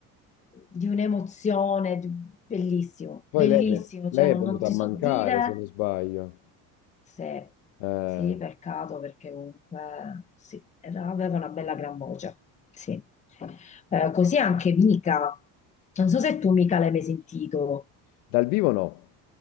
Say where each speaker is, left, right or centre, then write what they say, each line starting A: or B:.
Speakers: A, on the left; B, on the left.
A: di un'emozione, di- bellissimo,
B: Poi
A: bellissimo,
B: lei, è ven- lei
A: cioè non,
B: è venuta
A: non ti
B: a mancare,
A: so dire
B: se non sbaglio.
A: se,
B: Eh,
A: sì, peccato perché comunque sì, era- aveva una bella gran voce. Sì. Eh, così anche Mika. Non so se tu Mika l'hai mai sentito.
B: dal vivo no.